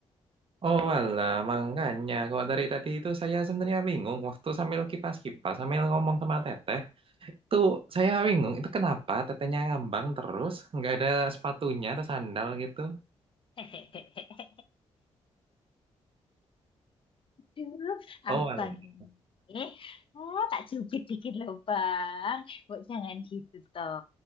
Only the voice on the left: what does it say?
<laughs> Aduh,
abang
ini. Ah, tak cubit dikit loh, Bang. Bu, jangan gitu, toh.